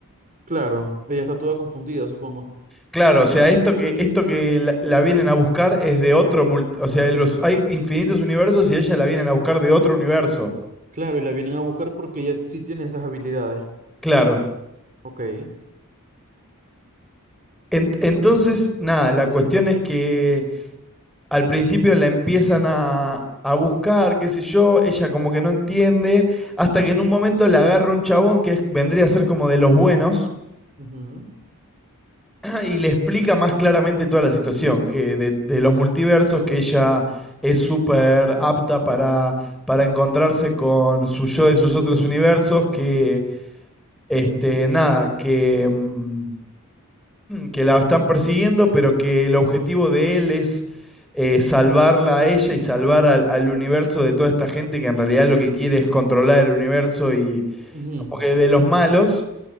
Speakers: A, on the right (about 35°); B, in the centre.
A: Claro, ella está toda confundida, supongo.
B: Claro, o sea, esto que, esto que la, la vienen a buscar es de otro, mul- o sea, los, hay infinitos universos y a ella la vienen a buscar de otro universo.
A: Claro, y la vienen a buscar porque ella sí tiene esas habilidades.
B: Claro.
A: Ok.
B: En- entonces, nada, la cuestión es que al principio la empiezan a, a buscar, qué sé yo, ella como que no entiende, hasta que en un momento la agarra un chabón que es- vendría a ser como de los buenos
A: Ujú,
B: <clears throat> y le explica más claramente toda la situación, que de, de los multiversos, que ella es súper apta para, para encontrarse con su yo de sus otros universos, que, este, nada, que... mm, que la están persiguiendo, pero que el objetivo de él es eh, salvarla a ella y salvar al, al universo de toda esta gente que en realidad lo que quiere es controlar el universo y
A: ujú.
B: como que de los malos.